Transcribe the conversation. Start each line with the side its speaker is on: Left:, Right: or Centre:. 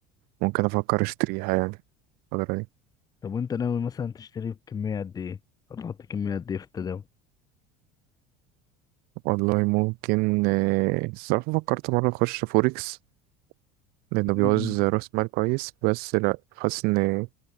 Right: ممكن أفكر أشتريها يعني الفترة دي
Left: طب وانت ناوي مثلا تشتري بكمية قد ايه او تحط كمية قد ايه في التداول
Right: والله ممكن آه، الصراحة فكرت مرة أخش فوركس لأنه
Left: مم.
Right: بيعوز رأس مال كويس بس لأ حاسس إن